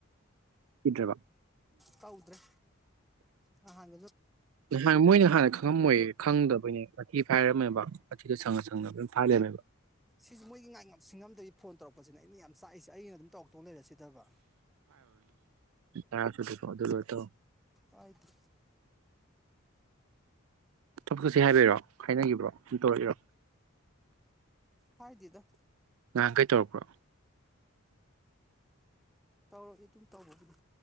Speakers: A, on the right (about 75°); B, in the centre.
A: <unintelligible>
B: ꯇꯧꯗꯔꯦ ꯅꯍꯥꯟ
A: ꯥꯅꯍꯥꯟ ꯃꯣꯏꯅ ꯍꯥꯟꯅ ꯈꯪꯉꯝꯃꯣꯏ ꯈꯪꯗꯕꯅꯦ ꯃꯊꯤ ꯐꯥꯏꯔꯝꯃꯦꯕ ꯋꯥꯊꯤꯗꯣ ꯁꯪꯉ ꯁꯪꯅ
B: ꯎꯝ
A: ꯂꯣꯏ ꯐꯥꯏ ꯂꯩꯔꯝꯃꯦꯕ
B: ꯁꯤꯁꯨ ꯃꯣꯏꯒꯤ ꯉꯥꯡ ꯉꯁꯤꯡꯉꯝꯗꯒꯤ ꯐꯣꯟ ꯇꯧꯔꯛꯄꯁꯤꯅ ꯑꯩꯅ ꯌꯥꯝ ꯁꯥꯏꯏꯁꯦ ꯑꯩꯅ ꯑꯗꯨꯝ ꯇꯥꯎ ꯇꯧ ꯂꯩꯔꯁꯤꯗꯕ
A: ꯇꯥꯁꯨꯗ ꯁ ꯑꯗꯨꯔ ꯑꯣꯏꯠꯇ
B: ꯐꯥꯏꯗ
A: ꯊꯕꯛ ꯆꯠꯁꯤ ꯍꯥꯏꯕꯤꯔꯣ ꯍꯥꯏꯅꯈꯤꯕ꯭ꯔꯣ ꯑꯗꯨꯝ ꯇꯧꯔꯛꯒꯔꯣ
B: ꯍꯥꯏꯗꯗ
A: ꯉꯍꯥꯟ ꯀꯩ ꯇꯧꯔꯛꯄ꯭ꯔꯣ
B: ꯇꯧꯔꯛꯏ ꯑꯗꯨꯝ ꯇꯧꯕꯕꯨꯅꯤ